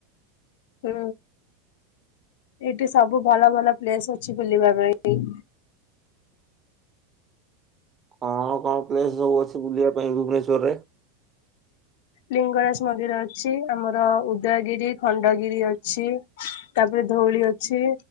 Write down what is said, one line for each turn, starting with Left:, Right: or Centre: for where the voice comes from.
Left: ହୁଁ ଏଠି ସବୁ ଭଲ ଭଲ ପ୍ଲେସ ଅଛି ବୁଲିବା ପାଇଁ।
Right: କଣ କଣ ପ୍ଲେସ ସବୁ ଅଛି ବୁଲିବା ପାଇଁ ଭୁବନେଶ୍ଵର ରେ?
Left: ଲିଙ୍ଗରାଜ ମନ୍ଦିର ଅଛି ଆମର ଉଦୟଗିରି, ଖଣ୍ଡଗିରି ଅଛି। ତାପରେ ଧଉଳି ଅଛି